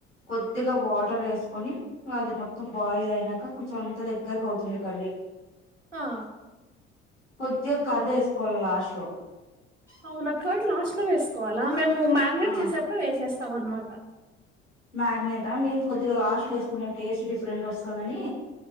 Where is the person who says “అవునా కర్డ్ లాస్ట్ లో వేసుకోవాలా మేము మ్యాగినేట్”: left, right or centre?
Right